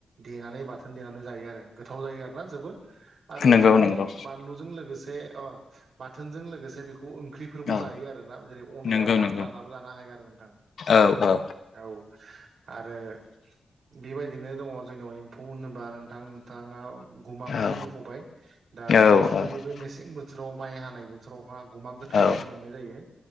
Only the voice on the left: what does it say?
नंगौ
नंगौ
औ
नंगौ
नंगौ
औ औ
औ
औ
औ
औ